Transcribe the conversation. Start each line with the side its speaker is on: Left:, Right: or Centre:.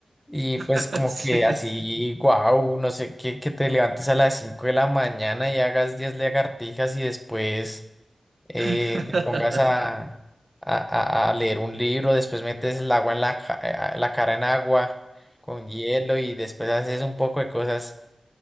Centre: y
Right: <laughs>
Centre: pues como
Right: Sí.
Centre: que así, wow, no sé, qué, que te levantes a las 5 de la mañana y hagas 10 lagartijas y después eh,
Right: <laughs>
Centre: te pongas a, a, a- a leer un libro, después metes el agua en la, ca- eh, la cara en agua con hielo y después haces un poco de cosas.